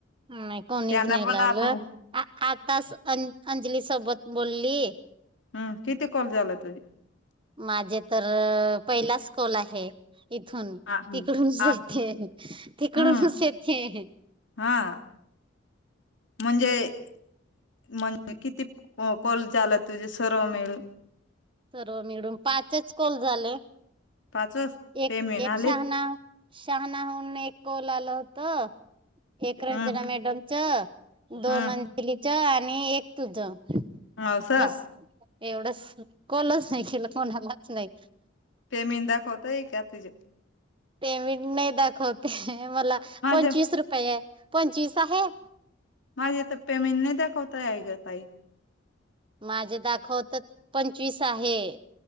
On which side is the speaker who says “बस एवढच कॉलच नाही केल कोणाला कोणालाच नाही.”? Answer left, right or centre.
Right